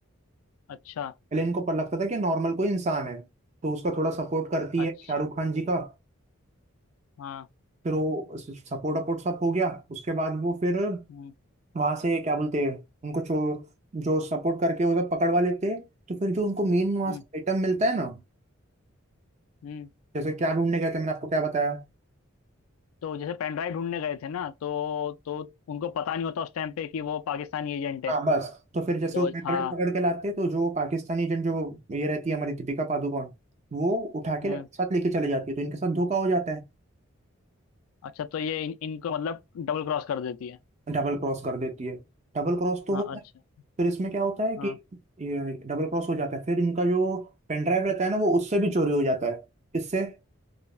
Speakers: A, on the left (about 80°); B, on the right (about 30°).
A: अच्छा
B: पहले इनको पर लगता था कि नॉर्मल कोई इंसान है तो उसका थोड़ा सपोर्ट करती है
A: अच्छा
B: शाहरुख खान जी का
A: हाँ
B: फिर वो सपोर्ट अपोर्ट सब हो गया उसके बाद वो फिर
A: हम्म
B: वहां से क्या बोलते हैं उनको जो जो सपोर्ट करके वो सब पकड़ वाले थे तो फिर जो उनको मेन वहां
A: हम्म
B: से आइटम मिलता है ना
A: हम्म
B: जैसे क्या ढूंढने गए थे मैंने आपको क्या बताया
A: तो जैसे पेन ड्राइव ढूंढने गए थे ना तो तो उनको पता नहीं होता उस टाइम पे कि वो पाकिस्तानी एजेंट है
B: हाँ बस तो फिर जैसे
A: तो
B: वो पेट्रोल
A: हाँ
B: पकड़ के लाते तो जो पाकिस्तानी एजेंट जो ये रहती है हमारी दीपिका पादुकोण वो उठा
A: हम्म
B: के साथ लेके चले जाती है तो इनके साथ धोखा हो जाता है
A: अच्छा तो ये इन, इनको मतलब डबल क्रॉस कर देती है
B: डबल क्रॉस कर देती है डबल क्रॉस तो
A: हाँ
B: होता
A: अच्छा
B: है फिर इसमें क्या होता है
A: हाँ
B: कि ये डबल क्रॉस हो जाता है फिर इनका जो पेन ड्राइव रहता है ना वो उससे भी चोरी हो जाता है इससे